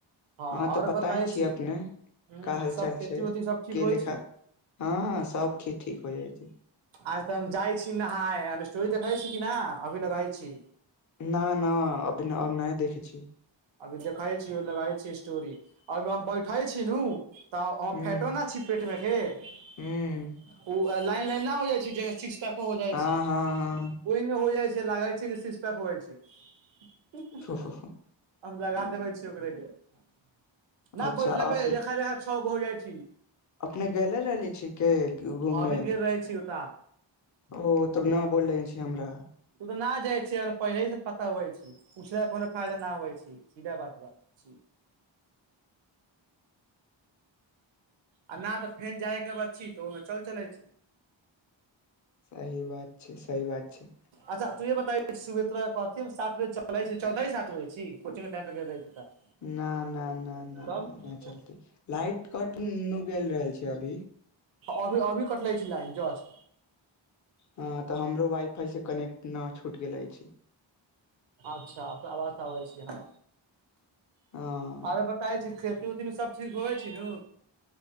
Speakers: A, on the right (about 70°); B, on the left (about 40°).
A: हँ
B: अहाँ
A: आओर
B: तऽ बताए
A: बताबै
B: छीिय
A: छी
B: अपने
A: हूँ
B: क हालचाल
A: सब खेती
B: छै
A: उती सब ठीक
B: के
A: होइ
B: लेखा
A: छी
B: हँ सब किीज ठीक हो जाइ छै।
A: आज तऽ हम जाइ छी नहााय हम स्टोरी देखै छी कि न अभी लगै छी।
B: न न अभ नय देखै छी।
A: अभी देखै छीिय लगै छी स्टोरी ओहिमे हम बैठे छी नू तऽ अ
B: हुं
A: फैटबा न छी पेट मे के ओ
B: हुं
A: लाइन लाइन नहि हो जाइ छै ज सिक्स पैको हो जाइ
B: हँ
A: छै।
B: हँ हँ
A: ओहिमे हो जाइ छै लागै छै कि सीस पैक हो जाइ छै।
B: ओ होहो
A: हम लगा देबे छी ओकरे के नहि
B: अच्छा
A: बैठला
B: अपने
A: पे रेखा रेखा छ गो हो जाइ छै।
B: अपने गेले रहली छ के घूमे।
A: अभी गेल रहै छी ओत।
B: ओ तब न बोलले छी हमरा।
A: तू त न जाय छे पहिले से पता होई छै पुछल के कोनो फायदा न होई छी सीधा बात बा छी। आ नहि तऽ फेन जायके ब छी तऽ ओहिमे चल चलै छी।
B: सही बात छै सही बात छै।
A: अच्छा तूँह बताै छ छी सुबे तोरा कहथि हम सात बे चलैत चलतै सात बे छी कोचिंगके टाइमपर गेल दैत छी तऽ।
B: न न न नहि
A: तब
B: नहि नहि चलते लाइट कट नुगल रहल छै अभी।
A: अभी अभी कट लइ छ लन जस्ट।
B: हँ तऽ हमरो वाई फाई से कनेक्ट न छूट गेले छै।
A: अच्छा आवाज आबै छियै ह।
B: हाँ
A: आरे बताबे छी खेती उऊती मे सब ठीक होवे छै न।